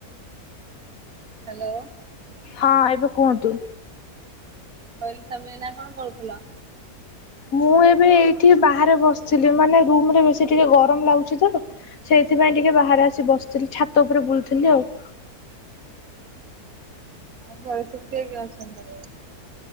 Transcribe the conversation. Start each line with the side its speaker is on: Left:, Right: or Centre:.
Right: ହ୍ୟାଲୋ।
Left: ହଁ ଏବେ କୁହନ୍ତୁ?
Right: କହିଲି ତମେ ଏନା କଣ କରୁଥିଲ?
Left: ମୁଁ ଏବେ ଏଇଠି ବାହାରେ ବସିଥିଲି ମାନେ ରୁମରେ ବେଶୀ ଟିକେ ଗରମ ଲାଗୁଛି ତ। ସେଇଥିପାଇଁ ଟିକେ ବାହାରେ ଆସି ବସିଥିଲି ଛାତ ଉପରେ ବୁଲୁଥିଲି ଆଉ।
Right: ଆଉ ଘରେ ସବୁ କିଏ କିଏ ଅଛନ୍ତି ତମର?